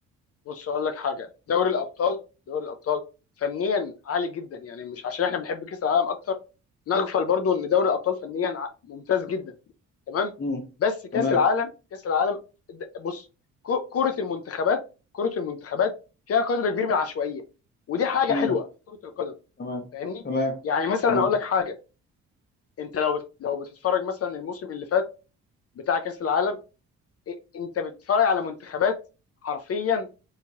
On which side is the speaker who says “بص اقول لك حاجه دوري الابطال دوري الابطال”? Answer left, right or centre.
Left